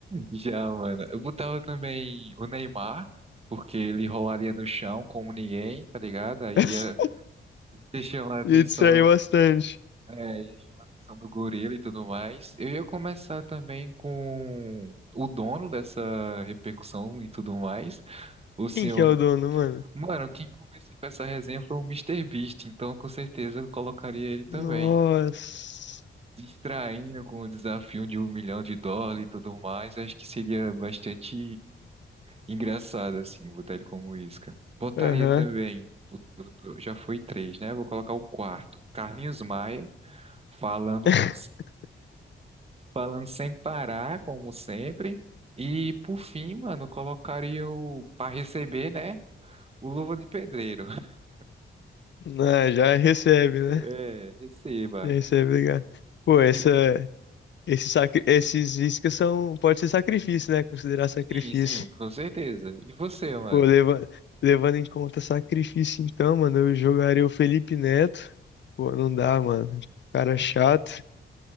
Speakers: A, on the right (about 30°); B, on the left (about 60°).
A: Já, mano. Eu botava também o Neymar, porque ele rolaria no chão como ninguém, tá ligado? Aí
B: <laughs>
A: ia ia chamar a atenção
B: E distraiu bastante.
A: É, e chama a atenção do gorila e tudo mais. Eu ia começar também com o dono dessa repercussão e tudo mais. O senhor.
B: Quem que é o dono, mano?
A: Mano, quem começou com essa resenha foi o Mister Beast, então com certeza eu colocaria ele também.
B: Nossa.
A: Distraindo com o desafio de um milhão de dólares e tudo mais. Acho que seria bastante engraçado, assim, botar ele como isca. Botaria
B: Aham.
A: também. o- o- Já foi três, né? Vou colocar o quarto. Carlinhos Maia falando
B: <laughs>
A: com falando sem parar, como sempre. E por fim, mano, eu colocaria o para receber, né? O Luva de Pedreiro. <laughs>
B: Ah, já recebe, né?
A: É, receba.
B: Isso é obrigado. Pô, essa,
A: E-
B: esse sacri, esses iscas são, pode ser sacrifício, né? Considerar sacrifício.
A: Sim, sim, com certeza. E você, mano?
B: Pô, leva, levando em conta sacrifício, então, mano, eu jogaria o Felipe Neto. Pô, não dá, mano. Cara chato.